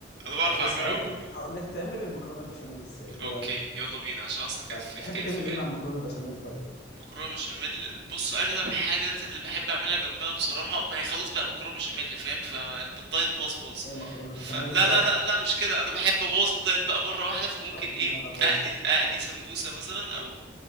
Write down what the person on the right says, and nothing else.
انا بعرف
اعمله
عموما
اوكي
يلا بينا عشان اصلا كانت
في
كانت
في بالي
مكرونه بشاميل بص اغلب الحاجات اللي بحب اعملها جنبها بصراحه ما هي خلاص بقى مكرونه بشاميل فاهم فالدايت باظ باظ
فلا
لا
لا لا مش كده انا بحب ابوظ الدايت بقى مره واحده فممكن
ايه
اقلي
اقلي سمبوسه مثلا او